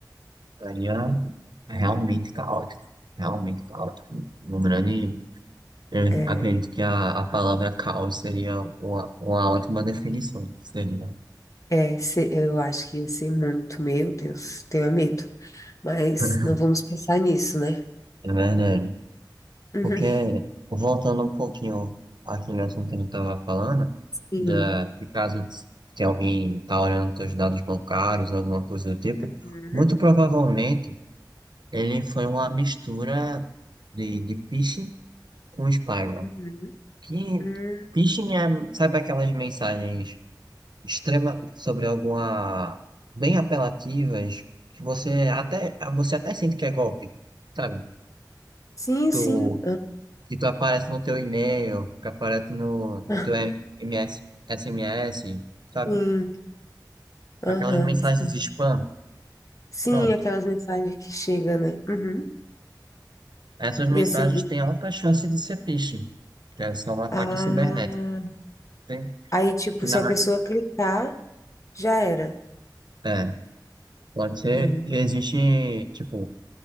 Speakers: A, on the right; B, on the left.
A: seria realmente caótico, realmente caótico. Um grande, eu
B: É,
A: acredito que a, a palavra caos seria uma, uma ótima definição, seria.
B: é, se- eu acho que ia ser muito, meu Deus, tenho é medo. Mas
A: <laughs>
B: não vamos pensar nisso, né?
A: É verdade.
B: <laughs>
A: Porque, voltando um pouquinho àquele assunto que a gente estava falando,
B: Uhum,
A: da, de caso se alguém está olhando seus dados bancários, alguma coisa do tipo,
B: sim. Uhum,
A: muito provavelmente ele foi uma mistura de, de phishing com spyware.
B: uhum,
A: Que
B: uhum.
A: phishing é, sabe aquelas mensagens extrema sobre alguma, bem apelativas, que você até, você até sente que é golpe, sabe?
B: Sim,
A: Tu
B: sim.
A: que tu aparece no teu e-mail, que aparece no, no
B: Ah,
A: teu MS, SMS, sabe?
B: Sim,
A: Aquelas
B: aham,
A: mensagens
B: sim.
A: de spam,
B: Sim,
A: pronto.
B: aquelas mensagens que chegam, né? Uhum.
A: Essas mensagens
B: Ia ser.
A: têm alta chance de ser phishing, que é só um ataque
B: Ah,
A: cibernético. Tem,
B: aí, tipo,
A: que
B: se
A: na,
B: a pessoa clicar, já era.
A: é, É, pode ser,
B: Hum,
A: existe, tipo,